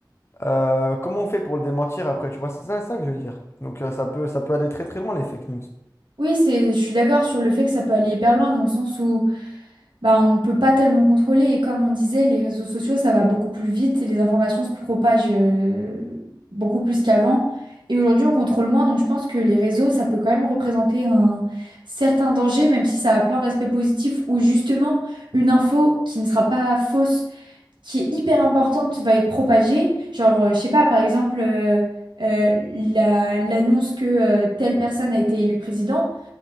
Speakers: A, on the left; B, on the right.
A: euh, comment on fait pour le démentir après? Tu vois, c'est ça, ça que je veux dire. Donc euh, ça peut, ça peut aller très très loin, les fake news.
B: Oui, c'est, je suis d'accord sur le fait que ça peut aller hyper loin dans le sens où bah, on ne peut pas tellement contrôler. Et comme on disait, les réseaux sociaux, ça va beaucoup plus vite et les informations se propagent euh, beaucoup plus qu'avant. Et aujourd'hui, on contrôle moins. Donc, je pense que les réseaux, ça peut quand même représenter un certain danger, même si ça a plein d'aspects positifs où justement, une info qui ne sera pas fausse, qui est hyper importante, va être propagée. Genre, euh, je sais pas, par exemple, euh, euh, la- l'annonce que euh, telle personne a été élue président